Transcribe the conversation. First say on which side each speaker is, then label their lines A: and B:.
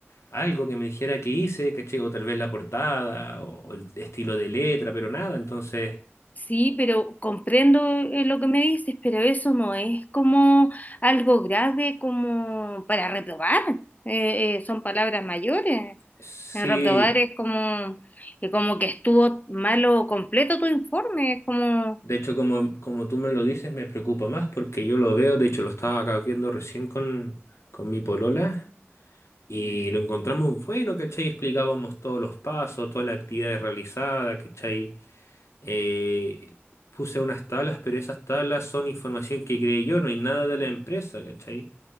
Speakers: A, on the left (about 80°); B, on the left (about 35°).
A: algo que me dijera que hice, ¿cachai? O tal vez la portada, o, o el estilo de letra, pero nada. Entonces,
B: Sí, pero comprendo eh, lo que me dices, pero eso no es como algo grave como para reprobar. Eh, eh, son palabras mayores.
A: sí,
B: Eh, Reprobar es como, eh, como que estuvo malo completo tu informe. Es como,
A: de hecho, como, como tú me lo dices, me preocupa más porque yo lo veo, de hecho, lo estaba acá viendo recién con, con mi polola. Y lo encontramos bueno, ¿cachai? Explicábamos todos los pasos, toda la actividad realizada, ¿cachai? Eh, puse unas tablas, pero esas tablas son información que creé yo, no hay nada de la empresa, ¿cachai?